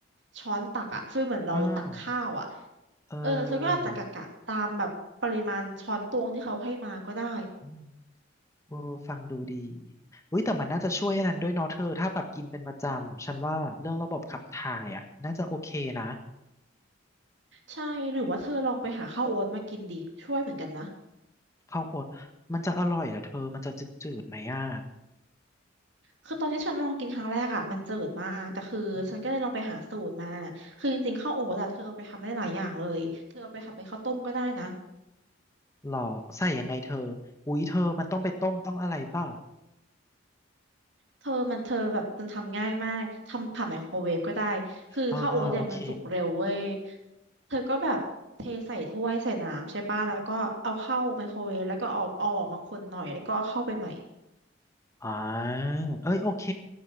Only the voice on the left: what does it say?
อ่าอเออ
อืมโอ้ฟังดูดีอุ้ยแต่มันน่าจะช่วยอันนั้นด้วยเนาะเธอ ถ้าแบบกินเป็นประจำ ฉันว่าเรื่องระบบขับถ่ายอ่ะน่าจะโอเคนะ
ข้าวโอ๊ตมันจะอร่อยเหรอเธอ มันจะจืดๆไหมอ่ะ
อืม
หรอใส่ยังไงเธออุ้ยเธอ มันต้องไปต้มต้องอะไรเปล่า
อ่าโอเค
อ่าเอ้ยโอเค